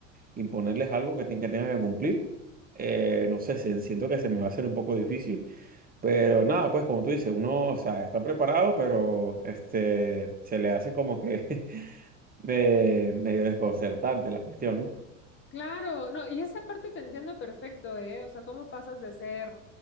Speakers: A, on the right; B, on the left.
A: imponerles algo que, ten- que tengan que cumplir. Eh, no sé, si- siento que se me va a hacer un poco difícil, pero nada, pues como tú dices, uno, o sea, está preparado, pero este, se le hace como que <laughs> me- medio desconcertante la cuestión, ¿no?
B: Claro, no, y esa parte te entiendo perfecto, ¿eh? O sea, cómo pasas de ser